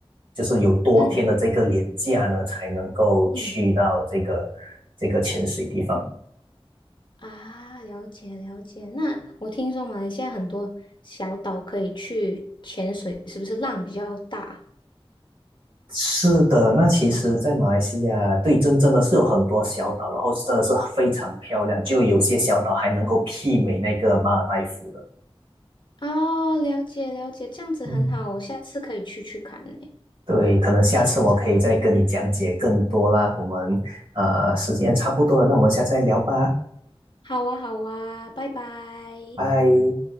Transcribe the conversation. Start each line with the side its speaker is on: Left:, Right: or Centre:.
Right: 就是有多天的这个连假呢，
Left: 嗯
Right: 才能够去到这个这个潜水地方。
Left: 嗯嗯啊，了解了解。那我听说马来西亚很多小岛可以去潜水，是不是浪比较大？
Right: 是的，那其实，在马来西亚，对，真真的是有很多小岛，
Left: 嗯，
Right: 然后真的是非常漂亮，就有些小岛还能够媲美那个马尔代夫的。
Left: 哦，了解了解，这样子很好，
Right: 嗯，
Left: 我下次可以去去看呢。
Right: 对，可能下次我可以再跟你讲解更多啦。
Left: 这样子的，嗯，
Right: 我们呃，时间也差不多了，那我们下次再聊吧，
Left: 好啊，好啊，拜拜。
Right: 拜。